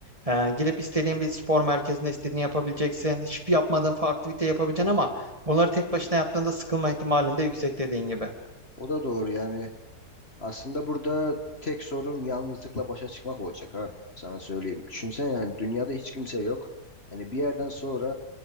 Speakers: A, on the right; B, on the left.
A: Ee, gidip istediğin bir spor merkezinde istediğini yapabileceksin. Hiçbir yapmadığın fa- aktivite yapabileceksin ama bunları tek başına yaptığında sıkılma ihtimalinde yüksek dediğin gibi.
B: O da doğru yani. Aslında burada tek sorun yalnızlıkla başa çıkmak olacak ha. Sana söyleyeyim. Düşünsen yani dünyada hiç kimse yok. Yani bir yerden sonra